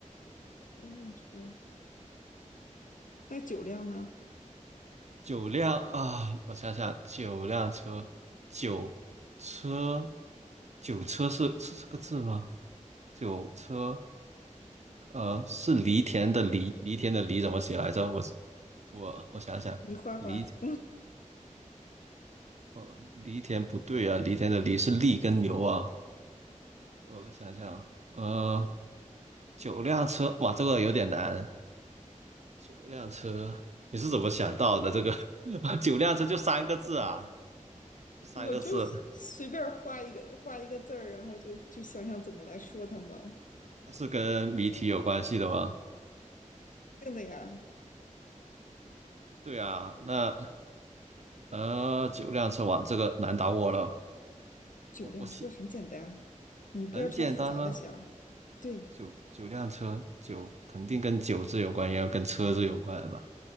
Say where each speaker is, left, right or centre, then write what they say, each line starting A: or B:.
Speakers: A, on the left (about 80°); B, on the right (about 60°).
A: 三辆车，那九辆呢？
B: 九辆啊，我想想，九辆车，九车，九车是是这个字吗？九车，呃，是犁田的犁，犁田的犁怎么写来着？我我我想想。
A: 你画画，
B: 犁。哦，犁田不对啊，犁田的犁是犁跟牛啊。我想想，呃，九辆车，哇，这个有点难。九辆车，你是怎么想到的？这个 <laughs> 九辆车就三个字啊，
A: <laughs>
B: 三个字，
A: 我就随便儿画一个画一个字儿，然后就就想想怎么来说它们。
B: 它是跟谜题有关系的吗？
A: 定的呀，
B: 对啊，那呃，九辆车，哇，这个难倒我了。
A: 九辆车很简单，
B: 我我想
A: 你不要朝复杂了想。
B: 很简单吗？
A: 对，
B: 九九辆车，九肯定跟九字有关，也要跟车字有关吧？